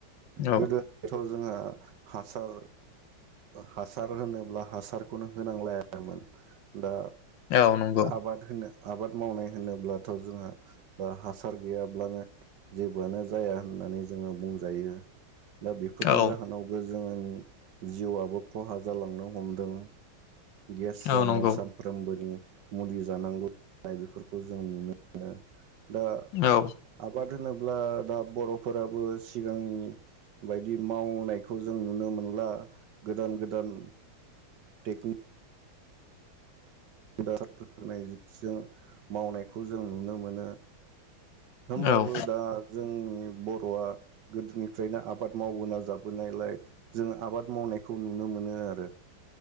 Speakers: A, on the left; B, on the right.
A: औ
B: गोदोथ' जोंहा हासार हासार होनोब्ला हासारखौनो होनांलायामोन दा
A: औ नंगौ
B: आबाद होनो आबाद मावनाय होनोब्लाथ' जोंहा ओ हासार गैयाब्लानो जेबोआनो जाया होननानै जोङो बुंजायो दा बेफोरनि
A: औ
B: जाहोनावबो जोङोनि जिवाबो खहा जालांनो हमदों गेस जानाय
A: औ नंगौ
B: साफ्रोमबोनि मुलि जानांगौ जानाय बेफोर जों नुनो मोनो दा
A: औ
B: आबाद द होनोब्ला दा बर'फोराबो सिगांनि बायदि मावनायखौ जों नुनो मोनला गोदान गोदान टेकनि द होन जों मावनायखौ जों नुनो मोनो होमबाबो
A: औ
B: दा जोंनि बर'आ गोदोनिफ्रायनो आबाद मावबोना जाबोनायलाय जों आबाद मावनायखौ नुनो मोनो आरो